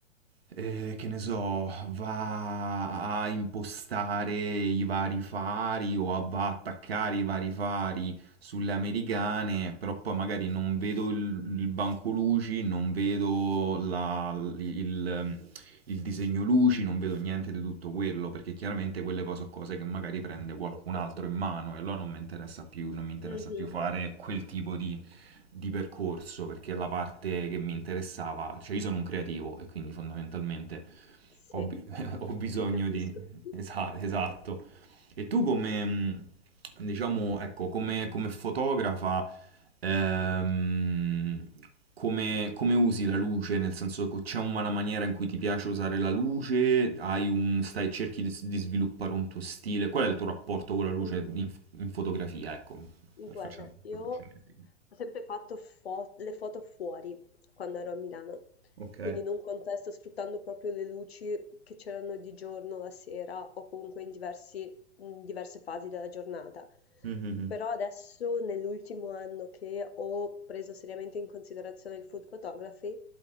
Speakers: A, on the right; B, on the left.
A: eh, che ne so, va a impostare i vari fari o a- va a attaccare i vari fari sulle americane, però poi magari non vedo il, il banco luci, non vedo la- il, il disegno luci, non vedo niente di tutto quello, perché chiaramente quelle poi sono cose che magari prende qualcun altro in mano e allora non mi interessa più, non mi interessa
B: Mh-mh.
A: più fare quel tipo di, di percorso, perché la parte che mi interessava, cioè io sono un creativo e quindi fondamentalmente
B: Sì,
A: ho, bi- <laughs> ho bisogno
B: ti capisco.
A: di... esa- esatto e tu come, mh, diciamo, ecco, come, come fotografa, ehm, come, come usi la luce? Nel senso, co- c'è una maniera in cui ti piace usare la luce? Hai un, stai, cerchi di, s- di sviluppare un tuo stile? Qual è il tuo rapporto con la luce
B: Mm,
A: in, f- in fotografia? Ecco, per
B: Guarda,
A: facciamo
B: io
A: proprio
B: ho
A: generico.
B: sempre fatto fo- le foto fuori quando ero a Milano,
A: Ok.
B: quindi in un contesto sfruttando proprio le luci che c'erano di giorno, la sera o comunque in diversi- in diverse fasi della giornata.
A: Mhm.
B: Però adesso, nell'ultimo anno che ho preso seriamente in considerazione il food photography,